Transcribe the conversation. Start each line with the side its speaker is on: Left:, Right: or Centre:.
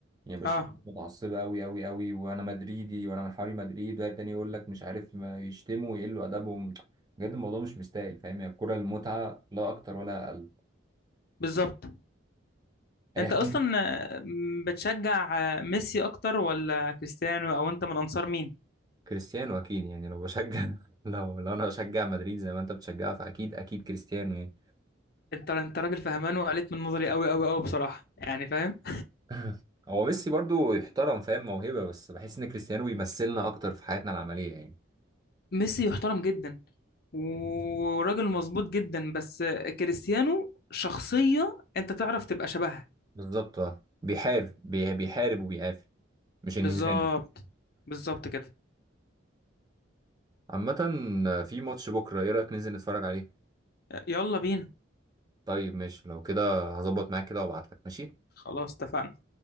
Right: يعني بشوف
Left: اه
Right: ناس متعصبه قوي قوي قوي وانا مدريدي وانا من حواري مدريد وقاعد تاني يقول لك مش عارف ما يشتموا ويقلوا ادبهم بجد الموضوع مش مستاهل فاهم هي الكوره المتعه لا اكتر ولا اقل
Left: بالظبط
Right: اي
Left: انت
Right: حاجه
Left: اصلا آه، م- بتشجع آه، ميسي اكتر ولا كريستيانو او انت من انصار مين
Right: كريستيانو اكيد يعني لو بشجع <laughs> لو لو انا بشجع مدريد زي ما انت بتشجعها فاكيد اكيد كريستيانو يعني
Left: انت انت راجل فهمان وقلت من نظري قوي قوي قوي بصراحة يعني فاهم
Right: <laughs> هو ميسي برضو يحترم فاهم موهبة بس بحس ان كريستيانو بيمثلنا اكتر في حياتنا العملية يعني
Left: ميسي يحترم جدا وراجل مظبوط جدا بس كريستيانو شخصية انت تعرف تبقى شبهها
Right: بالظبط اه بيحارب بي- بيحارب وبيقاتل مش انهزامي
Left: بالظبط بالظبط كده
Right: عامة في ماتش بكرة ايه رأيك ننزل نتفرج عليه
Left: يلا بينا
Right: طيب ماشي لو كده هظبط معاك كده وابعتلك ماشي
Left: خلاص اتفقنا